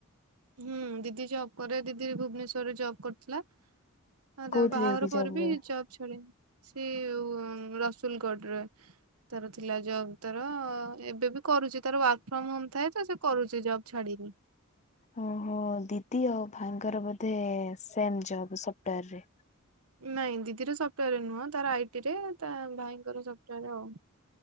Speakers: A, on the right; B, on the left.
A: ହୁଁ ଦିଦି ଜବ୍ କରେ ଦିଦିର ଭୁବନେଶ୍ୱରରେ ଜବ୍ କରିଥିଲା। ହଁ ତା
B: କୋଉଥିରେ
A: ବାହାଘର
B: ଦିଦି
A: ପରେ
B: ଜବ୍
A: ବି
B: କରନ୍ତି?
A: ଜବ୍ ଛାଡିନି। ସେ ରସୁଲଗଡରେ। ତାର ଥିଲା ଜବ୍ ତର ଏବେ ବି କରୁଛି ତାର ୱାର୍କ ଫ୍ରମ ହୋମ ଥାଏ ତ ସେ କରୁଛି ଜବ୍ ଛାଡିିନି।
B: ଓହୋ ଦିଦି ଆଉ ଭାଇଙ୍କର ବୋଧେ ସେମ ଜବ ସପ୍ଟଓୟାରରେ।
A: ନାଇଁ ଦିଦିର ସପ୍ଟଓୟାରରେ ନୁହଁ ତାର ଆଇଟି ଟିରେ ତା ଭାଇଙ୍କର ସପ୍ଟଓୟାର ଆଉ।